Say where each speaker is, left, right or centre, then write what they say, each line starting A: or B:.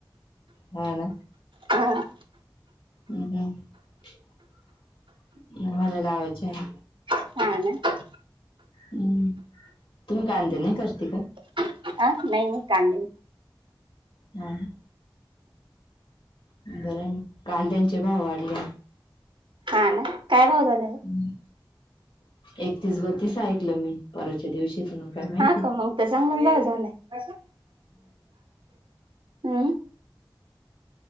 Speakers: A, on the left; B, on the right.
A: हा ना.
B: हा.
A: हम् हम्म मला लावायचे न.
B: हा ना.
A: हम्म तुम्ही कांदे नाही करते का?
B: अ नाही मी कांदे नाही.
A: हम. बरं ना कांद्यांचे पण वाढले.
B: हा ना काय भाव झाले व.
A: हम्म एकतीस बतीस ऐकलं मी. परच्या दिवशीच. काय माहिती.
B: हा का मग तर चांगला व्याय झालाय् हम्म.